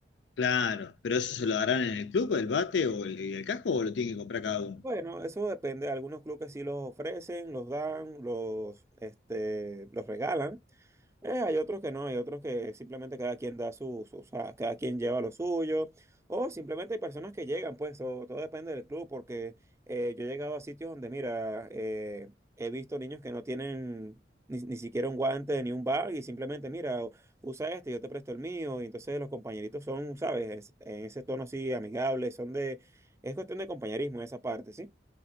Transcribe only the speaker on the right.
Bueno, eso depende. Algunos clubes sí los ofrecen, los dan, los, este, los regalan. Eh, hay otros que no, hay otros que simplemente cada quien da su, su- o sea, cada quien lleva lo suyo, o simplemente hay personas que llegan, pues, o todo depende del club, porque eh, yo he llegado a sitios donde, mira, eh, he visto niños que no tienen ni, ni siquiera un guante ni un bag y simplemente, mira, u- usa este, yo te presto el mío, y entonces los compañeritos son, ¿sabes? Es- en ese tono así amigable, son de, es cuestión de compañerismo en esa parte, ¿sí?